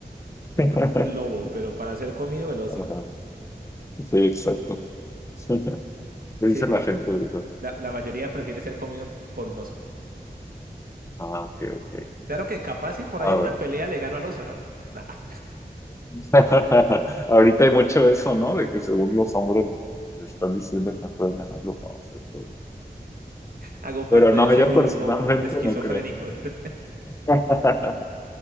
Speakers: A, on the right; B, on the left.
A: de
B: <laughs>
A: pronto el lobo, pero para ser comido el oso.
B: Ajá, sí, exacto. <laughs> ¿Qué
A: Sí,
B: dice
A: sí,
B: la
A: sí.
B: gente? ¿verdad?
A: La, la mayoría prefiere ser comido por un oso.
B: Ah, ok, ok.
A: Claro que capaz si por
B: Ah,
A: ahí en
B: bueno.
A: una pelea le gano al oso, ¿no? <laughs> Ah,
B: <laughs> Ahorita hay mucho eso, ¿no? De que según los hombres están diciendo que no pueden ganarlo, no sé, todo eso.
A: hago parte
B: Pero no,
A: de ese
B: yo
A: grupo
B: personalmente
A: de esquizofrénicos.
B: no creo.
A: <laughs>
B: <laughs>